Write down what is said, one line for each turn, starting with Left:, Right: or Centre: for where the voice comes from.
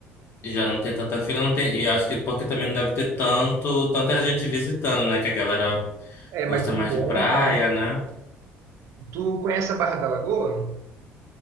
Left: Já não tem tanta fila, não tem. E acho que porque também não deve ter tanto, tanta gente visitando, né? Que a galera
Right: É, mas
Left: gosta
Right: em
Left: mais
Right: conta,
Left: de praia,
Right: né?
Left: né?
Right: Tu conhece a Barra da Lagoa?